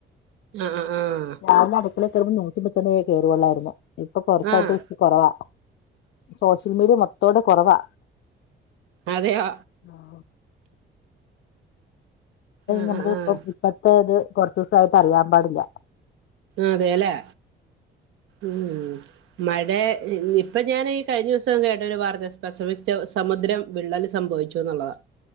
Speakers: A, on the right (about 80°); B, on the left (about 65°).
A: അ അ ആഹ്
B: അ അടുക്കളെ കേറുമ്പോ നൂറ്റിപ്പൊ കയറുകള്ളായിരുന്നു ഇപ്പ കൊറച്ചായിട്ട്
A: ആഹ് ആഹ്
B: കൊറവാ സോഷ്യൽ മീഡിയ മൊത്തോടെ കൊറവാ
A: അതെയോ
B: ആ
A: ആഹ്
B: നമുക്ക്
A: ആഹ്
B: ഇപ്പ
A: ആഹ്
B: ഇപ്പത്തെ ഇത് കൊറച്ചുസായിട്ട് അറിയാൻ പാടില്ല
A: അതെല്ലേ ഉം മഴ ഇപ്പൊ ഞാന് ഈ കഴിഞ്ഞ ദിവസം കേട്ട ഒരു വാർത്ത സ്പെസഫിക് സമുദ്രം വിള്ളല് സംഭവിച്ചു ന്നുള്ളതാ